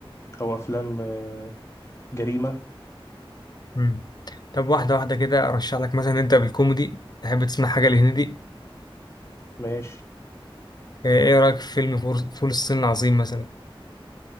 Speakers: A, on the left (about 30°); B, on the left (about 45°).
A: او افلام آه، جريمة
B: مم. طب واحده واحده كده ارشح لك مثلا نبدا بالكوميدي تحب تسمع حاجه لهندي
A: ماشي
B: آه، ايه رايك في فيلم فول فول الصين العظيم مثلا